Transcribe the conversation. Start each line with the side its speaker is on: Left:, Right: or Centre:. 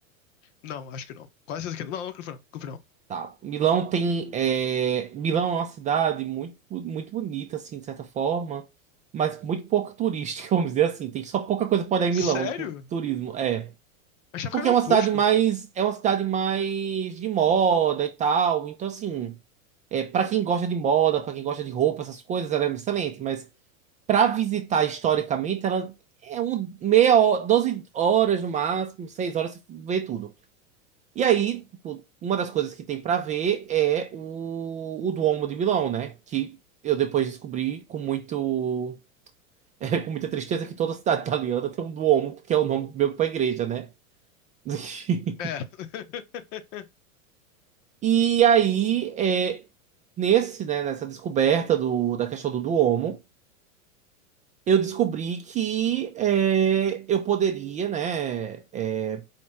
Left: Não, acho que não. Quase certeza que não. Não, não, Cliff, não. Cliff, não.
Right: Tá. Milão tem. é, Milão é uma cidade muito, muito bonita, assim, de certa forma, mas muito pouco turística, <laughs> vamos dizer assim. Tem só pouca coisa para dar em
Left: Sério?
Right: Milão, com turismo. É.
Left: Achava
Right: Porque
Left: que era
Right: é
Left: o
Right: uma
Left: oposto.
Right: cidade mais, é uma cidade mais de moda e tal. Então, assim, é, para quem gosta de moda, para quem gosta de roupa, essas coisas, ela é excelente. Mas para visitar historicamente, ela é um meia hora, 12 horas no máximo, 6 horas você vê tudo. E aí, tipo, uma das coisas que tem para ver é o, o Duomo de Milão, né? Que eu depois descobri com muito, <laughs> com muita tristeza que toda cidade italiana tem um Duomo, porque é o nome meu para igreja, né? <laughs>
Left: É. <laughs>
Right: E aí, é, nesse, né, nessa descoberta do, da questão do Duomo, eu descobri que é, eu poderia, né, é,